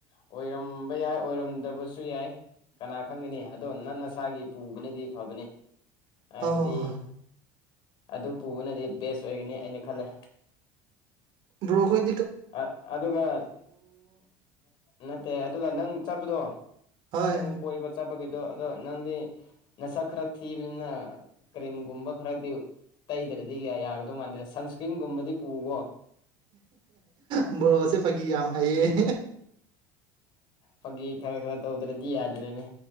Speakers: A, on the left (about 55°); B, on the right (about 55°).
A: ꯑꯣꯏꯔꯝꯕ ꯌꯥꯏ ꯑꯣꯏꯔꯝꯗꯕꯁꯨ ꯌꯥꯏ ꯀꯅꯥ ꯈꯪꯒꯅꯤ ꯑꯗꯣ ꯅꯪ ꯅꯁꯥꯒꯤ ꯄꯨꯕꯅꯗꯤ ꯐꯕꯅꯤ ꯍꯥꯏꯕꯗꯤ
B: ꯍꯣꯏ ꯍꯣꯏ ꯍꯣꯏ
A: ꯑꯗꯨ ꯄꯨꯕꯅꯗꯤ ꯕꯦꯁ ꯑꯣꯏꯒꯅꯤ ꯑꯩꯅ ꯈꯜꯂꯦ
B: ꯭ꯔꯣꯍꯣꯏ
A: ꯑ ꯑꯗꯨꯒ ꯅꯦ ꯑꯗꯨꯒ ꯅꯪ ꯆꯠꯄꯗꯣ
B: ꯍꯣꯏ
A: ꯅꯪ ꯀꯣꯏꯔꯤꯕ ꯆꯠꯄꯒꯤꯗꯣ ꯑꯗꯣ ꯅꯪꯗꯤ ꯅꯁꯛ ꯈꯔ ꯊꯤꯕꯅꯤꯅ ꯀꯔꯤꯝꯒꯨꯝꯕ ꯈꯔꯗꯤ ꯇꯩꯗ꯭ꯔꯗꯤ ꯌꯥꯒꯗꯧ ꯃꯥꯟꯗꯦꯗ ꯁꯟꯁꯀ꯭ꯔꯤꯟꯒꯨꯝꯕꯗꯤ ꯄꯨꯎꯕꯣ
B: ꯕꯣꯔꯣꯁꯦ ꯐꯥꯒꯤ ꯌꯥꯝ ꯍꯩꯌꯦ
A: ꯐꯒꯤ ꯈꯔ ꯈꯔ ꯇꯧꯗ꯭ꯔꯗꯤ ꯌꯥꯗꯦ ꯑꯗꯨꯅꯦ